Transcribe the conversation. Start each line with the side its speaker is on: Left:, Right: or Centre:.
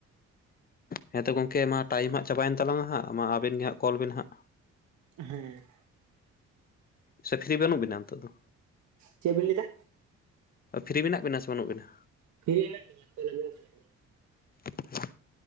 Left: ᱦᱮᱸᱛᱚ ᱜᱚᱢᱠᱮ ᱢᱟ ᱴᱟᱭᱤᱢ ᱦᱟᱸᱜ ᱪᱟᱵᱟᱭᱮᱱ ᱛᱟᱞᱟᱝ ᱦᱟᱜ ᱢᱟ ᱟᱹᱵᱤᱱ ᱜᱮ ᱦᱟᱸᱜ ᱠᱚᱞ ᱵᱤᱱ ᱦᱟᱸᱜ᱾
Right: ᱦᱮᱸ
Left: ᱥᱮ ᱯᱷᱨᱤ ᱵᱟᱹᱱᱩᱜ ᱵᱤᱱᱟ ᱱᱤᱛᱚᱜ ᱫᱚ?
Right: ᱪᱮᱫ ᱵᱤᱱ ᱞᱟᱹᱭ ᱫᱟ?
Left: ᱯᱷᱤᱨᱤ ᱢᱮᱱᱟᱜ ᱵᱤᱱᱟ ᱥᱮ ᱵᱟᱹᱱᱩᱜ ᱵᱤᱱᱟ
Right: ᱯᱷᱤᱨᱤ ᱦᱮᱱᱟᱜ ᱞᱤᱧᱟ <unintelligible>
Left: <unintelligible>